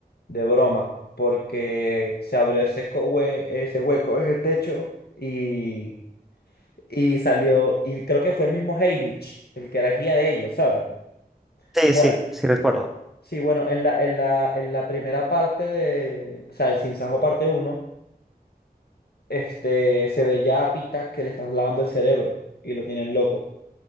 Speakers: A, on the left; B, in the centre.
A: de broma, porque se abrió ese, co- hue- ese hueco en el techo y, y salió, y creo que fue el mismo Haymitch, el que era guía de ellos, ¿sabes?
B: Sí,
A: Bueno,
B: sí, sí recuerdo.
A: sí, bueno, en la, en la, en la primera parte de, o sea, el Sinsajo parte uno este, se ve ya a Pita que le están lavando el cerebro y lo tienen loco.